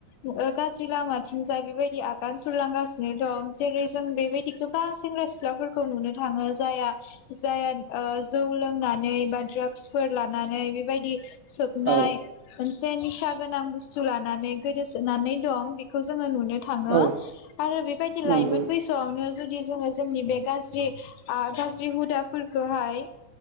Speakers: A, on the left; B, on the right.
A: गाज्रि ओ लामाथिंजाय बेबायदि आगान सुरलांगासिनो दं जेरै जों बेबायदि गोबां सेंग्रा सिख्लाफोरखौ नुनो थाङो जाया जाया ओ जौ लोंनानै बा द्रागस फोर लानानै बेबायदि सोफनाय
B: औ
A: ओन जे निसा गोनां बुस्थु लानानै गोदोसोनानै दं बेखौ जोङो नुनो थाङो
B: औ
A: आरो बेबायदि
B: नंगौ
A: लाइमोन बैसोआवनो जुदि जोङो जोंनि बे गाज्रि आ गाज्रि हुदाफोरखौहाय